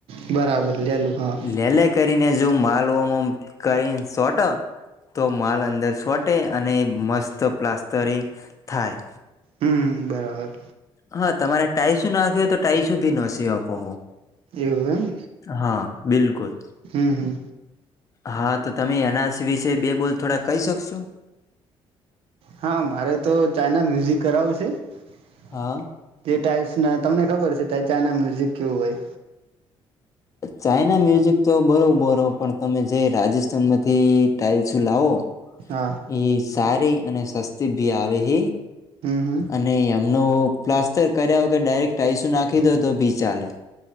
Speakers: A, on the right; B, on the left.
A: બરાબર. લેલું હા
B: લે લે કરીને જો માલ કરીને સોટ તો માલ અંદર સોટે અને મસ્ત પ્લાસ્ટરંગ થાય.
A: હમ્મ બરાબર.
B: હા તમારે ટાાઈસુ નાખ્યું હોય તો ટાઈસુ ભી નસી શકો.
A: એવું એમ
B: હા બિલકુલ
A: હમ હમ
B: હા તો તમે એનઆરસી વિશે બે બોલ થોડા કહી શકશું.
A: હા મારે તો ચાઈના મ્યુઝિક કરાવું છે. <inaudible>
B: હા
A: તે ટાઇલ્સ ના તમને ખબર છે ચાના મ્યુઝિક કેવું હોય.
B: ચાઈના મ્યુઝિક તો બરોબર હો પણ તમે જે રાજસ્થાનમાંથી ટાઈલ્સું લાવો.
A: હા
B: એ સારી અને સસ્તી ભી આવે એ.
A: હમ હમ
B: અને એમનો પ્લાસ્ટર કર્યા કે ડાયરેક્ટ આઈસુ નાખી દો તો બી ચાલે